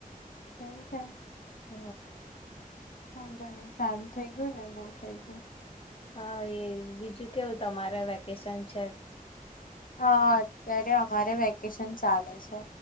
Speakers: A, on the left; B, on the left.
A: એવું છે
B: હ
A: વાંધો નહી સારું થઇ ગયું ને બહુ થઈ ગયું
B: હા એ જ બીજું કેવું તમારે વેકેશન સાંચે
A: હા અત્યારે અરે વેકેશન ચાલે છે